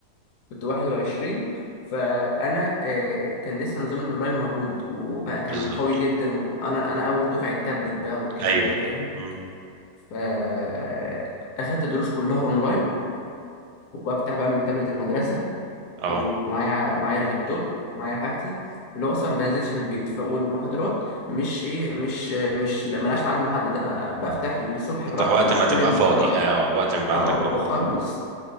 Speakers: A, on the left; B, on the right.
A: كنت 21 فانا آه كان لسه نظام الاونلاين موجود وبقى كان
B: بالظبط
A: قوي جدا وانا انا اول دفعة التابلت بقى والكلام
B: ايوه
A: ده فاهم
B: مم.
A: فاخدت دروس كلها اونلاين وبفتح بقى من تابلت المدرسة
B: اه
A: ومعايا معايا اللابتوب معايا حاجتي اللي هو اصلا ما بنزلش من البيت ف- والمحاضرات مش ايه مش مش لا، ملهاش ميعاد محدد انا بفتح الصبح
B: انت
A: براحتي
B: وقت
A: واكل
B: ما تبقى
A: المحاضرات
B: فاضي اه آه، وقت ما يبقى
A: اه
B: عندك كو-
A: واخلص
B: بالظبط